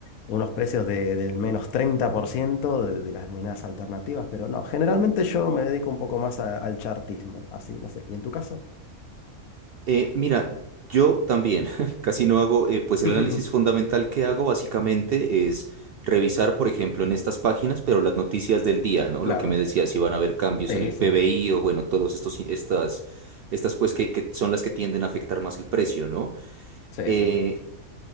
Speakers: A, on the left; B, on the right.
A: unos precios de- del menos 30% de, de las monedas alternativas, pero no, generalmente yo me dedico un poco más a- al chartismo, así, no sé. ¿Y en tu caso?
B: Eh, mira, yo también <laughs> casi no hago, eh, pues el
A: <laughs>
B: análisis fundamental que hago básicamente es revisar, por ejemplo, en estas páginas, pero las noticias del día, ¿no?
A: Claro,
B: Lo que me decía, si van a haber cambios
A: sí,
B: en el
A: sí,
B: PBI o bueno, todos estos, estas, estas pues que, que son las que tienden a afectar más el precio, ¿no?
A: sí,
B: Eh,
A: sí.